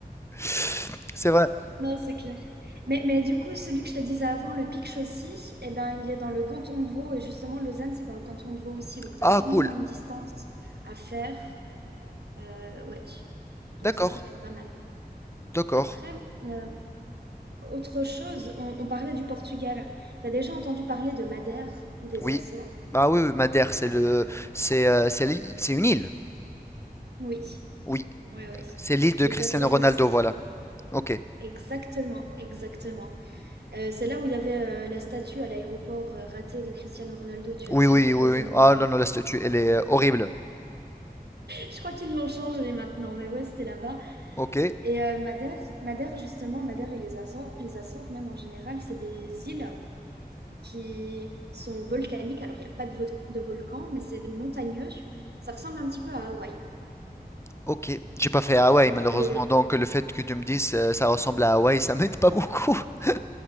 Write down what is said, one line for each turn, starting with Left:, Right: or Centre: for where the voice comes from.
Left: <laughs> c'est vrai.
Right: Non, c'est clair. Mais, mais du coup, celui que je te disais avant, le Pic Chaussy, eh ben, il est dans le canton de Vaud. Et justement, Lausanne, c'est dans le canton de Vaud aussi. Donc, tu
Left: Ah,
Right: as sûrement
Left: cool.
Right: moins de distance à faire. Euh, ouais. Donc,
Left: D'accord.
Right: ça, ça peut être pas mal.
Left: D'accord.
Right: Après, euh, autre chose, on, on parlait du Portugal. Tu as déjà entendu parler de Madère ou des
Left: Oui.
Right: Açores?
Left: Bah oui, oui, Madère,
Right: Ouais.
Left: c'est le, c'est, euh, c'est l'île- c'est une île.
Right: Oui,
Left: Oui.
Right: oui, oui.
Left: C'est l'île de
Right: Les
Left: Cristiano
Right: Açores
Left: Ronaldo,
Right: aussi.
Left: voilà. Ok.
Right: Exactement, exactement. Euh, c'est là où il y avait euh, la statue à l'aéroport euh, ratée de Cristiano Ronaldo. Tu
Left: Oui,
Right: as déjà
Left: oui,
Right: dû
Left: oui,
Right: voir
Left: oui.
Right: le même.
Left: Ah non, non, la statue, elle est euh, horrible.
Right: Je crois qu'ils l'ont changé maintenant, mais ouais, c'était là-bas.
Left: Ok.
Right: Et euh, Madère, Madère, justement, Madère et les Açores, les Açores, même en général, c'est des îles qui sont volcaniques. Alors, il n'y a pas de, vo- de volcan, mais c'est montagneux. Ça ressemble un petit peu à Hawaï.
Left: Ok, j'ai pas fait Hawaï malheureusement,
Right: Et
Left: donc le fait que tu me dises euh, ça ressemble à Hawaï, ça <laughs> m'aide pas beaucoup. <laughs>